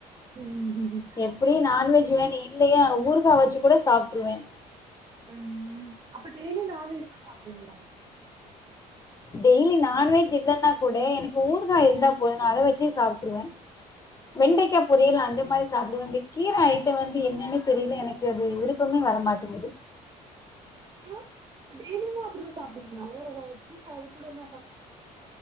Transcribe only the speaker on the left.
எப் எப்டியு நான்வெஜ் வேணு இல்லையா ஊர்கா வச்சு கூட சாப்ட்டுருவே
டெய்லி நான்வெஜ் இல்லன்னா கூட எனக்கு ஊர்கா இருந்தா போது நா அத வச்சே சாப்ட்டுருவே வெண்டிக்கா பொரியல் அந்த மாரி சாப்டுவ இந்த கீர ஐட்டோ வந்து என்னன்னு தெரியல எனக்கு அது விருப் விருப்பமே வர மாட்டேங்குது